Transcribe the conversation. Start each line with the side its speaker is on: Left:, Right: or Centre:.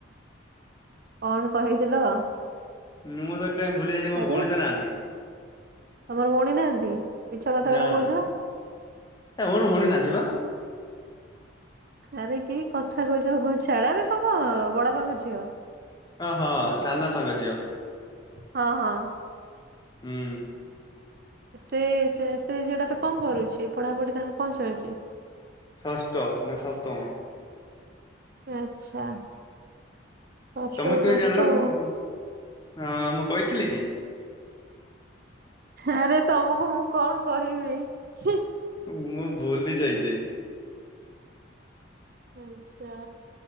Right: କଣ କହିଥିଲ?
Left: ମୁଁ ତ କାଇହିଁ ଭୁଲି ଯାଇଛି ମୋ
Right: ଆରେ
Left: ଭଉଣୀ ତ ନାହାନ୍ତି।
Right: ତମର ଭଉଣୀ ନାହାନ୍ତି ମିଛ କଥା
Left: ନା
Right: ଗୁଡା କହୁଛ।
Left: ଏ ମୋର ଭଉଣୀ ନାହାନ୍ତି ବା।
Right: ଆରେ କି କଥା କହୁଛ ହଉ ଛାଡରେ ତମ ବଡପାଙ୍କ ଝିଅ।
Left: ଓହଁ ସାନପାଙ୍କ ଝିଅ।
Right: ହଁ ହଁ
Left: ହୁଁ
Right: ସେ ସେ ଝିଅଟା ଏବେ କଣ କରୁଛି ପଢାପଢି ତାଙ୍କୁ କଣ ଚାଲିଛି।
Left: ଷଷ୍ଠ ନା ସପ୍ତମ।
Right: ଆଚ୍ଛା ଷଷ୍ଠରୁ
Left: ତମେ କେମିତି
Right: ନଷ୍ଟ
Left: ଜାଣିଲ
Right: ଆଉ
Left: ମୁଁ କ ହଁ ମୁଁ କହିଥିଲି କି?
Right: ଆରେ ତମକୁ ମୁଁ କଣ କହିବି?
Left: ହ ମୁଁ ଭୁଲି ଯାଇଛି।
Right: ଆଚ୍ଛା